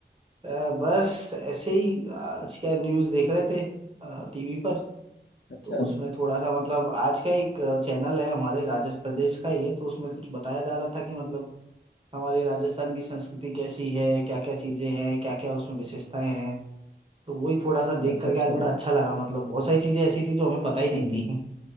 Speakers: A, on the right; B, on the left.
A: अ, बस ऐसे ही आज क्या न्यूज़ देख रहे थे टीवी पर
B: अच्छा
A: तो उसमें थोड़ा सा मतलब आज का एक चैनल है हमारे राजस्थान प्रदेश का ही है तो उसमें कुछ बताया जा रहा था कि मतलब हमारे राजस्थान की संस्कृति कैसी है क्या क्या चीज़ें हैं क्या क्या उसमें विशेषताएं हैं तो वही थोड़ा सा देख
B: अच्छा
A: करके
B: अच्छा
A: आज बड़ा अच्छा लगा मतलब बहुत सारी चीज़ें ऐसी थी जो हमें पता ही नहीं
B: हम्म
A: थी